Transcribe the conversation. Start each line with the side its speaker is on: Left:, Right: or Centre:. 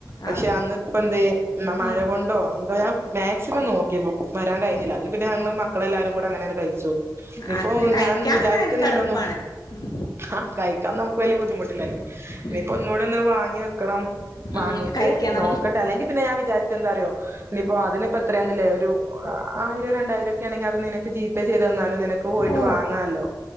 Right: പക്ഷെ
Left: ആ
Right: അന്ന്പ്പംന്തേ ന്നാ മഴ
Left: ആ
Right: കൊണ്ടോ ന്തോ ഞാൻ മാക്സിമം നോക്കി വരാൻ കഴിണില്ല തിൽ പിന്നെ ഞങ്ങള് മക്കളെല്ലാരും കൂടെ അങ്ങനാണ്ട് കഴിച്ചു. ഇപ്പോ
Left: അത് പിന്നെ കഴിക്കാൻ
Right: ഞാൻ വിചാരിക്കുന്നുണ്ടോന്നോ
Left: പിന്നെ നിനക്ക് എളുപ്പാണ് ഉം
Right: ആ കയി ക്കാം നമുക്ക് വല്ല്യ ബുദ്ധിമുട്ടി ഇനിപ്പോ
Left: ഉം
Right: ഒന്നൂടൊന്ന് വാങ്ങി വെക്കണം വാങ്ങീട്ട്
Left: ഉം കഴിക്കണം
Right: നോക്കട്ടെ അല്ലെങ്കി പിന്നെ ഞാൻ വിചാരി ക്കെന്താറിയോ ഇനിയിപ്പോ അതിനിപ്പെത്രേന്ന്ല്ലേ ഒരു ആയിരോ രണ്ടായിരൊക്കെ ആണെങ്കി അത് നിനക്ക് ജീ പേ ചെയ്ത് തന്നാലും നിന ക്ക് പോയിട്ട്
Left: ഓ
Right: വാങ്ങാലോ